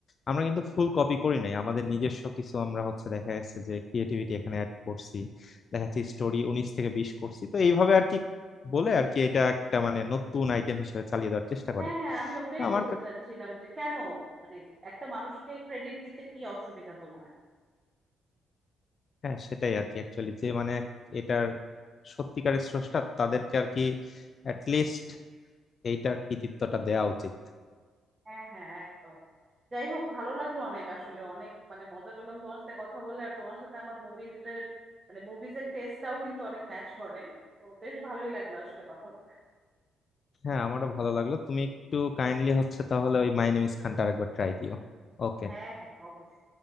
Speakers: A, on the left; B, on the right.
A: আমরা কিন্তু ফুল কপি করি নাই আমাদের নিজস্ব কিছু আমরা হচ্ছে দেখা যাচ্ছে যে ক্রিয়েটিভিটি এখানে অ্যাড করছি দেখা যাচ্ছে স্টোরি উনিশ থেকে বিশ করছি তো এইভাবে আর কি বলে আর কি এটা একটা মানে নতুন আইটেম হিসেবে চালিয়ে দেওয়ার চেষ্টা
B: হ্যাঁ
A: করে
B: হ্যাঁ আমি ওটাই
A: তো আমার
B: বলতে
A: কা-
B: চাচ্ছিলাম যে কেন মানে একটা মানুষকে ক্রেডিট দিতে কি অসুবিধা তোমার
A: হ্যাঁ সেটাই আর কি অ্যাকচুয়ালি যে মানে এক- এটার সত্যিকারের স্রষ্টা তাদেরকে আর কি লিস্ট এইটার কৃতিত্বটা দেওয়া উচিত
B: হ্যাঁ হ্যাঁ একদম যাই হোক ভালো লাগলো অনেক আসলে অনেক মানে মজা পেলাম তোমার সাথে কথা বলে আর তোমার সাথে আমার মুভিজ এর মানে মুভিজ এর টেস্টটাও কিন্তু অনেক ম্যাচ করে তো বেশ ভালোই লাগলো আসলে কথা বলে
A: হ্যাঁ আমারও ভালো লাগলো তুমি একটু কাইন্ডলি হচ্ছে তাহলে ওই মাই নেম ইজ খানটার একবার ট্রাই দিও ওকে
B: হ্যাঁ হ্যাঁ অবশ্যই